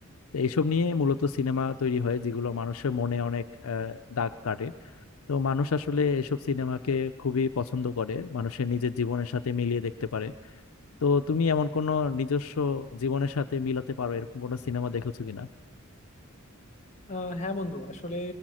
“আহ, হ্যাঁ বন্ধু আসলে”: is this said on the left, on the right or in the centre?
Left